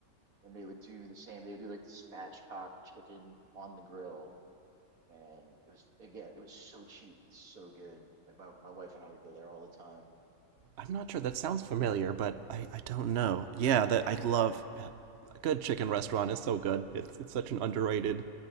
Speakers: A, on the right; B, on the right.
A: and they would do the same. They would do like the spatchcock chicken on the grill, and it was again, it was so cheap, it's so good. Like my, my wife and I would go there all the time.
B: I'm not sure that sounds familiar, but I, I don't know. Yeah, that I love yeah, a good chicken restaurant is so good. It's it's such an underrated